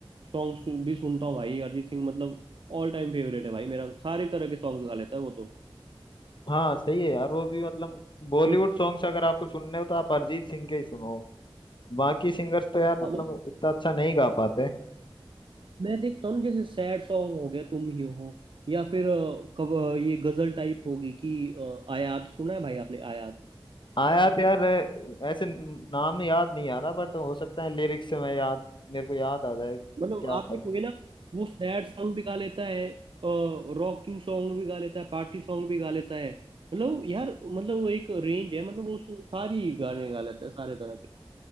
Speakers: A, on the right (about 60°); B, on the left (about 55°).
A: सॉन्ग्स भी सुनता हूँ भाई अरिजीत सिंह मतलब ऑल टाइम फेवरेट है भाई मेरा सारे तरह के सॉन्ग गा लेता है वो तो
B: हाँ सही है यार वो भी मतलब बॉलीवुड
A: क्यों
B: सॉन्ग्स अगर आपको सुनने हो तो आप अरिजीत सिंह के ही सुनो बाकी सिंगर्स तो यार
A: हाँ
B: मतलब
A: मतलब
B: इतना अच्छा नहीं गा पाते
A: मैं देखता हूँ ना, जैसे सैड सॉन्ग हो गया तुम ही हो या फिर अ, कब अ, ये गजल टाइप होगी कि अ, आयात सुना है भाई आपने आयात
B: आया तो यार अ, ऐसे न- नाम याद नहीं आ रहा बट हो सकता है लिरिक्स से मैं याद मेरे को याद आ जाए क्या
A: मतलब आप
B: था
A: देखोगे ना वो सैड सॉन्ग भी गा लेता है रॉकिंग सॉन्ग भी गा लेता है पार्टी सॉन्ग भी गा लेता है मतलब यार मतलब वो एक रेंज है मतलब वो सु- सारी गाने गा लेता है सारे तरह के